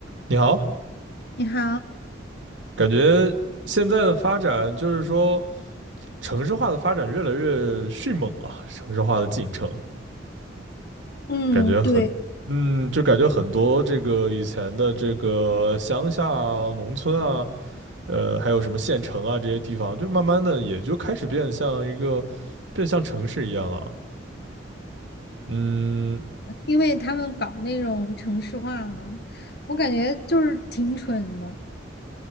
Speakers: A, on the right (about 70°); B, on the left (about 55°).
A: 你好，
B: 你好，
A: 感觉现在的发展就是说，城市化的发展越来越迅猛了，城市化的进程，
B: 嗯，
A: 感觉很，
B: 对，
A: 嗯，就感觉很多这个以前的这个乡下啊、农村啊，呃，还有什么县城啊这些地方，就慢慢的也就开始变像一个，变像城市一样了。嗯，
B: 因为他们搞那种城市化嘛，我感觉就是挺蠢的，